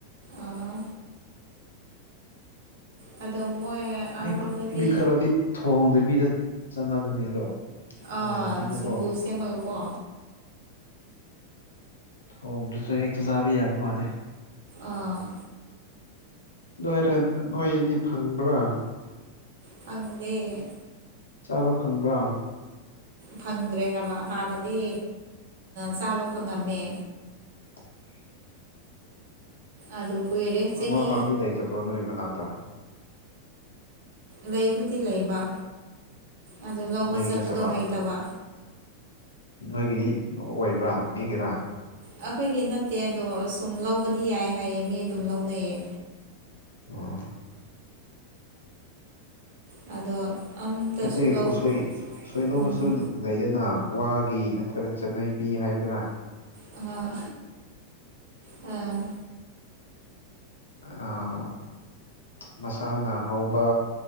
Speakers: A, on the right; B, on the left.
A: ꯑꯥ ꯑꯗꯣ ꯃꯣꯏ ꯑꯥꯔꯣꯝꯗꯗꯤ
B: ꯃꯤ ꯃꯤ ꯈꯔꯗꯤ ꯊꯣꯡꯗꯕꯤꯗ ꯆꯥꯟꯅꯕꯅꯦ ꯑꯗꯣ ꯊꯣꯡꯗꯕꯤꯗꯀꯣ
A: ꯑꯥ ꯁꯤꯡꯖꯨ ꯁꯦꯝꯃꯒꯀꯣ
B: ꯊꫭꯡꯗꯔꯁꯨ ‌ꯍ‌ꯦꯛ ꯆꯥ ꯆꯥꯕ ꯌꯥꯕ ꯃꯥꯜꯂ‌ꯦ
A: ꯑꯥ
B: ꯑꯗꯨꯍꯥꯏꯔꯒ ꯅꯣꯏꯗꯤ ꯐꯪꯕ꯭ꯔꯥ
A: ꯐꯪꯗ‌ꯦ
B: ꯆꯥꯕ ꯐꯪꯕ꯭ꯔꯥ
A: ꯐꯪꯗ꯭ꯔꯦ ꯍꯥꯏꯕ ꯍꯥꯟꯅꯗꯤ ꯆꯥꯕ ꯐꯪꯉꯝꯃꯦ
B: <inaudible>
A: ꯑꯗꯨ ꯀꯨꯏꯔꯦ ꯆꯍꯤ
B: ꯋꯥꯎ ꯄꯥꯝꯕꯤ ꯂꯩꯇꯕ꯭ꯔꯣ ꯅꯣꯏ ꯃꯅꯥꯛꯇ
A: ꯂꯩꯕꯨꯗꯤ ꯂꯩꯕ ꯑꯗꯨ ꯂꯧꯕ
B: ꯅꯣꯏꯒꯤ
A: ꯆꯠꯄꯗꯣ
B: ꯅꯠꯇꯕ
A: ꯍꯩꯇꯕ
B: ꯅꯣꯏꯒꯤꯗꯤ ꯑꯣꯏꯕ꯭ꯔꯥ ꯃꯤꯒꯤꯔꯥ
A: ꯑꯩꯈꯣꯏꯒꯤ ꯅꯠꯇꯦ ꯑꯗꯣ ꯁꯨꯝ ꯂꯧꯕꯗꯤ ꯌꯥꯏ ꯍꯥꯏꯌꯦ ꯃꯤ ꯑꯗꯨꯝ ꯂꯧꯅꯩꯌꯦ
B: ꯑꫭ
A: ꯑꯗꯣ ꯑꯝꯇꯁꯨ
B: ꯅꯠꯇꯦ
A: ꯂꯧ
B: ꯎꯁꯣꯏ ꯎꯁꯣꯏ ꯂꯧꯕꯁꯨ
A: ꯎꯝ
B: ꯂꯩꯗꯅ ꯋꯥꯒꯤ ꯅꯠꯇ꯭ꯔꯒ ꯆꯠꯅꯩ ꯕꯤ ꯍꯥꯏꯕ꯭ꯔꯥ
A: ꯑ ꯑ
B: ꯑꯥ ꯃꯁꯥꯅ ꯍꯧꯕ